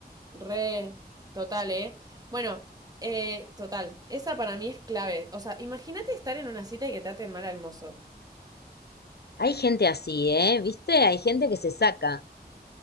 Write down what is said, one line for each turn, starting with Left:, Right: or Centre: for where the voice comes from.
Right: re, total, ¿eh? Bueno, eh, total, esa para mí es clave. O sea, imagínate estar en una cita y que traten mal al mozo.
Left: Hay gente así, ¿eh? ¿Viste? Hay gente que se saca.